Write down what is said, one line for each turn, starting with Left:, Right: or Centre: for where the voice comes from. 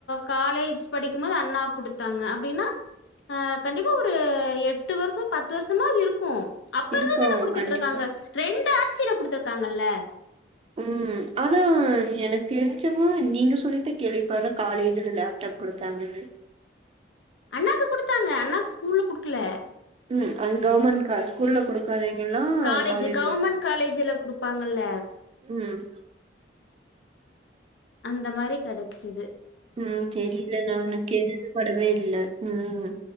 Left: காலேஜ் படிக்கும்போது அண்ணாக் குடுத்தாங்க அப்டின்னா ஆ கண்டிப்பா ஒரு எட்டு வர்ஷோ பத்து வர்ஷமா அது இருக்கு அப்பருந்து
Right: இருக்கு
Left: தான குடுத்துட்ருக்காங்க
Right: கண்டிப்பா
Left: ரெண்டு ஆட்சில குடுத்துருக்காங்கல்ல
Right: ம் ஆனா எனக்கு தெரிஞ்சமா நீங்க சொல்லி தா கேள்விப்பர்ர காலேஜில லேப்டாப் குடுத்தாங்கன்னு
Left: அண்ணாக்கு குடுத்தாங்க அண்ணாக் ஸ்கூல்ல குடுக்குல
Right: ம் அங் கவுமெண்ட் கால்ஜ் ஸ்கூல்ல குடுக்காதிங் எல்லா
Left: காலேஜ்
Right: காலேஜி
Left: கவர்ன்மெண்ட் காலேஜ்ல குடுப்பாங்கல்ல.
Right: ம்
Left: அந்த மாரி கெடச்சிது
Right: ம் தெரில நானு கே இது படவே இல்ல ம்